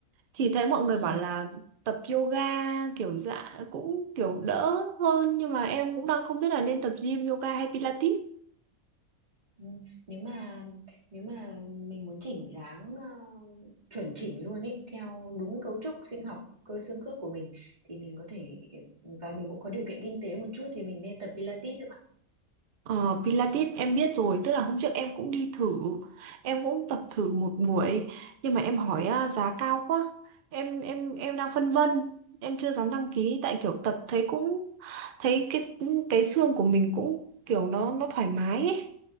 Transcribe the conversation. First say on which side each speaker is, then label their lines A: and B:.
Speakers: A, on the right; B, on the right.
A: thì thấy mọi người
B: À,
A: bảo là tập yoga kiểu dạ cũng kiểu đỡ hơn nhưng mà em cũng đang không biết là nên tập gym yoga hay Pilates
B: ừ. Nếu mà nếu mà mình muốn chỉnh dáng ờ, chuẩn chỉnh luôn ấy theo đúng cấu trúc sinh học cơ xương khớp của mình thì mình có thể và mình cũng có điều kiện kinh tế một chút thì mình nên tập Pilates
A: Ờ, Pilates em biết rồi tức là hôm trước em cũng đi thử em cũng tập thử một buổi nhưng mà em hỏi à, giá cao quá em em em đang phân vân em chưa dám đăng ký tại kiểu tập thấy cũng thấy cái cái xương của mình cũng kiểu nó nó thoải mái ấy